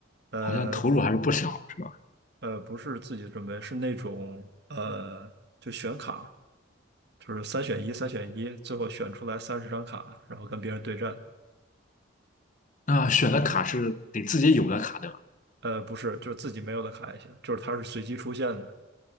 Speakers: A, on the right; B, on the left.
A: 呃
B: 好像投入还是不小，是吧？
A: 呃，不是自己准备，是那种呃，就选卡，就是三选一，三选一，最后选出来三十张卡，然后跟别人对战。
B: 那选的卡是得自己有的卡，
A: 对，
B: 对吧？
A: 呃，不是，就是自己没有的卡也行，就是它是随机出现的。